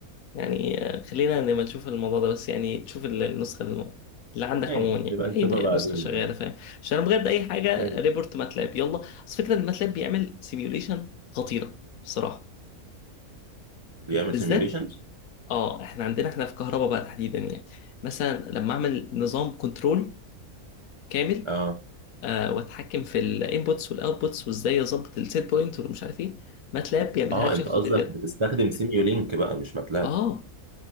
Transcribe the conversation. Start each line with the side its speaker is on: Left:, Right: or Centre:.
Left: يعني آه، خلينا نبقى نشوف الموضوع ده بس يعني تشوف ال- النسخه الم- اللي عندك
Right: ماشي
Left: عموما يعني
Right: نبقى نشوفها
Left: اي
Right: بعدين
Left: نسخه شغاله فاهم عشان انا بجد اي حاجه
Right: ماشي.
Left: ريبورت ماتلاب يلا بس فكره ان ماتلاب بيعمل سيميوليشن خطيره بصراحه
Right: بيعمل
Left: بالذات
Right: سيميوليشنز
Left: اه احنا عندنا احنا في كهرباء بقى تحديدا يعني مثلا لما اعمل نظام كنترول كامل
Right: اه
Left: آه واتحكم في الانبوتس والاوتبوتس وازاي اظبط السيت بوينت والمش عارف ايه ماتلاب بيعملها
Right: اه
Left: لي بشكل
Right: انت
Left: خطير
Right: قصدك
Left: جدا
Right: بتستخدم سيميولينك بقى مش ماتلاب
Left: اه